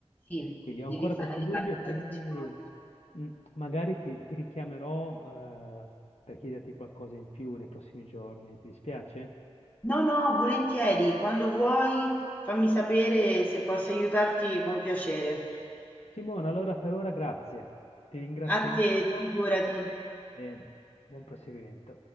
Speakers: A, on the left; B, on the left.
A: sì,
B: Quindi ho
A: devi
B: ancora
A: fare
B: questo
A: le
B: dubbio
A: calcolazioni.
B: e quindi, mh, magari ti ti richiamerò, ehm, per chiederti qualcosa in più nei prossimi giorni, ti dispiace?
A: No, no, volentieri, quando vuoi fammi sapere se posso aiutarti con piacere.
B: Simona, allora per ora grazie. Ti ringrazio
A: A
B: molto
A: te, figurati.
B: e buon proseguimento.